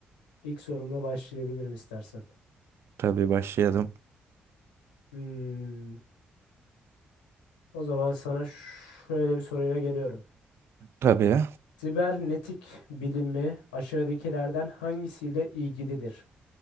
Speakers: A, on the left (about 85°); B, on the right (about 60°).
A: ilk sorumla başlayabilirim istersen.
B: Tabii başlayalım.
A: Hmm, o zaman sana şöyle bir soruyla geliyorum.
B: Tabii.
A: Sibernetik bilimi aşağıdakilerden hangisiyle ilgilidir?